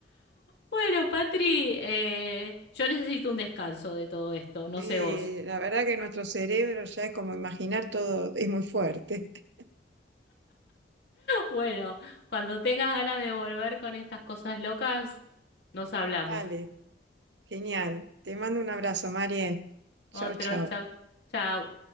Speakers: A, on the left (about 65°); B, on the right (about 80°).
A: Bueno, Patri, eh, yo necesito un descanso de todo esto, no
B: Sí,
A: sé vos. <laughs>
B: la verdad que nuestro cerebro ya es como imaginar todo, es muy fuerte. <laughs>
A: Bueno, cuando tengas ganas de volver con estas cosas locas, nos hablamos.
B: Vale, genial. Te mando un abrazo, María.
A: Otro,
B: Chao, chao.
A: chau, chau.